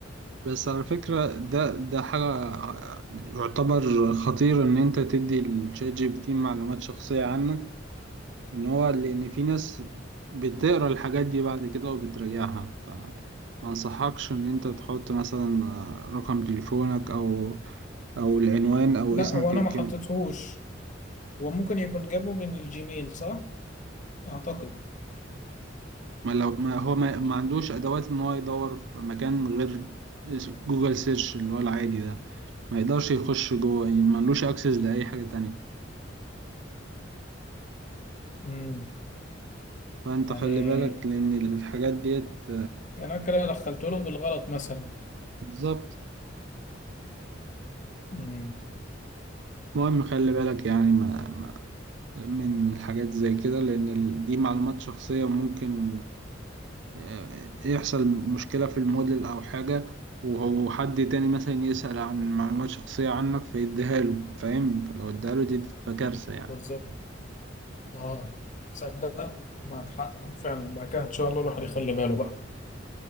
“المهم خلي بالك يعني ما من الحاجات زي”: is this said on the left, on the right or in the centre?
Right